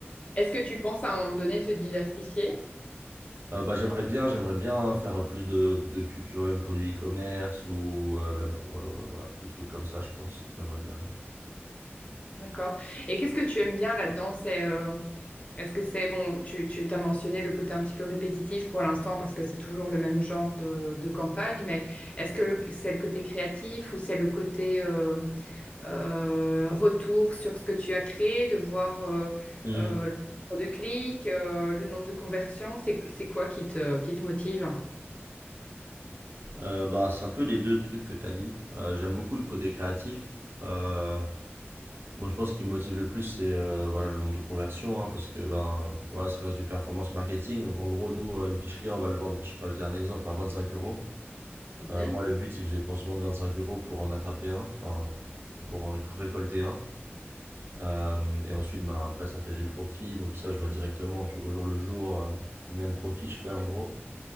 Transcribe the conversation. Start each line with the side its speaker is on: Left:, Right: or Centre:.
Left: Est-ce que tu penses à un moment donné te diversifier?
Right: Euh, bah, j'aimerais bien, j'aimerais bien faire plus de, de pubs, tu vois, même pour du e-commerce ou euh, même pour euh, voilà, des trucs comme ça, je pense. J'aimerais bien.
Left: D'accord. Et qu'est-ce que tu aimes bien là-dedans? C'est, euh, est-ce que c'est, bon, tu, tu t'as mentionné le côté un petit peu répétitif pour l'instant parce que c'est toujours le même genre de, de campagne, mais est-ce que le- c'est le côté créatif ou c'est le côté euh, euh, retour sur ce que tu as créé, de voir euh,
Right: Mhm.
Left: euh, le nombre de clics, euh, le nombre de conversions? C'est, c'est quoi qui te, qui te motive?
Right: Euh, bah, c'est un peu les deux trucs que tu as dit. Euh, j'aime beaucoup le côté créatif. Euh, moi, je pense qu'il me motive le plus, c'est euh, voilà, le nombre de conversions, hein, parce que ben, voilà, ça reste du performance marketing. Donc, en gros, nous, euh, une fiche client, on va le vendre, je sais pas, je dis un exemple, à 25 euros.
Left: Mhm,
Right: Euh, moi, le but, c'est que je dépense moins de 25 euros pour en attraper un, enfin, pour en ré- récolter un. Euh, et ensuite, ben, après, ça fait du profit. Donc, ça, je vois directement, tu vois, au jour le jour, euh, combien de profit je fais en gros.